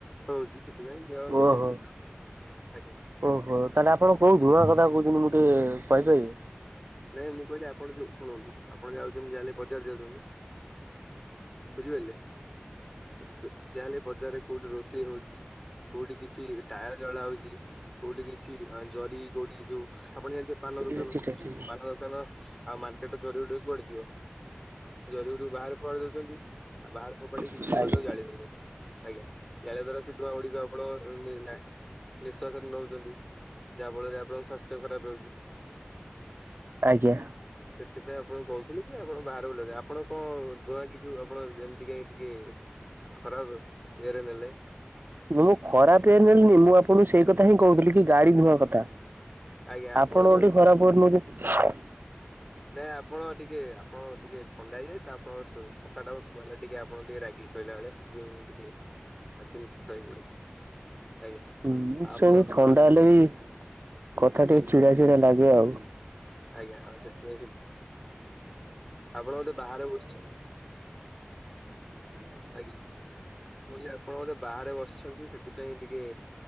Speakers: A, in the centre; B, on the right (about 55°).
A: ହଉଛି। ସେଥିପାଇଁ ଦେହ ସବୁ
B: ଓହୋ!
A: ଅସୁସ୍ଥ ଆଜ୍ଞା
B: ଓହୋ! ତା, ହେଲେ ଆପଣ କୋଉ ଧୁଆଁ କଥା କହୁଛନ୍ତି? ମୁଁ ଟିକେ-ଏ କହିପାରିବେ?
A: ନାଇଁ, ମୁଁ କହିଲି ଆପଣ ଯଉ, ଶୁଣନ୍ତୁ! ଆପଣ ଯାଉଛନ୍ତି ଯାହାଲେ ବଜାର ଯାଉଛନ୍ତି। ବୁଝିପାରଲେ! <unintelligible> ଯାହେଲେ, ବଜାରରେ କୋଉଠି ରୋଷେଇ ହଉଛି? କୋଉଠି କିଛି, ଟାୟାର ଜଳା ହଉଛି, କୋଉଠି କିଛି ଜରି, କୋଉଠି ଯୋଉ ଆପଣ ଜାଣିଥିଏ, ପାନ ଦୁକାନ,
B: ହଁ ହଁ।
A: ପାନ ଦୋକାନ ଆଉ, ମାର୍କେଟ ଜରିଉଡେ କୁଆଡେ ଯିବ? ଜରି ଗୁଡିକ ବାହାରେ ଫୋଆଡି ଦଉଛନ୍ତି। ଆଉ, ବାହାରେ ଫୋପାଡିିକି
B: ଆଜ୍ଞା
A: କିଛି ଲୋକ ତ ଜାଳି ଦଉଛନ୍ତି। ଆଜ୍ଞା। ଜାଳିବା ଦ୍ଵାରା ସେ ଧୁଆଁ ଗୁଡିକ ଆପଣ ନି-ନା-ନିଃଶ୍ଵାସରେ ନଉଛନ୍ତି। ଯାହା ଫଳରେ ଆପଣଙ୍କ ସ୍ୱାସ୍ଥ୍ୟ ଖରାପ ହେଉଛି।
B: ଆଜ୍ଞା।
A: ସେଥିପାଇଁ ଆପଣ କହୁଥିଲେ କି, ଆପଣ ବାହାର ବୁଲିଲେ, ଆପଣ କଣ ଧୂଆଁ ଟିକୁ ଆପଣ ଯେମିତି ଟିକେ ଖରାପ ଇଏରେ ନେଲେ।
B: ମୁଁ, ଖରାପ ଇଏ ରେ ନେଲିନି। ମୁଁ ଆପଣଙ୍କୁ ସେଇ କଥା ହିଁ କହୁଥିଲି, କି ଗାଡି ଧୂଆଁ କଥା।
A: ଆଜ୍ଞା
B: ଆପଣ
A: ଯୋଉ
B: ଓଲଟି
A: ଇଏ
B: ଖରାପ ୱେରେ ନଉଚ
A: ନାଇଁ ଆପଣ ଟିକେ ଆପଣ ଟିକେ ଥଣ୍ଡା ହେଇଯାଇତ! ତ ଆପଣ କଥାଟା ଶୁଣା ହେଲା ଟିକେ, ଆପଣ ଟିକେ ରାଗିକି କହିଲା ଭଳିଆ। ହେଥିପାଇଁ ମୁଁ ଟିକେ, ଆ ଚିନ୍ତିତ ହେଇପଡିଛି, ଆଜ୍ଞା।
B: ମୁଁ
A: ଆପଣ
B: ସବୁ ଥଣ୍ଡା
A: ହଁ
B: ହେଲେ ବି, କଥା
A: ହୁଁ
B: ଟିକେ ଚିଡା ଚିଡା ଲାଗେ ଆଉ।
A: ଆଜ୍ଞା, ଆଉ ସେଥିପାଇଁ ସେ ଆପଣ ବଧେ ବାହାରେ ବସିଛନ୍ତି! ଆଜ୍ଞା। କଇଲି, ଆପଣ ବୋଧେ ବାହାରେ ବସିଛନ୍ତି, ସେଥିପାଇଁ ଟିକେ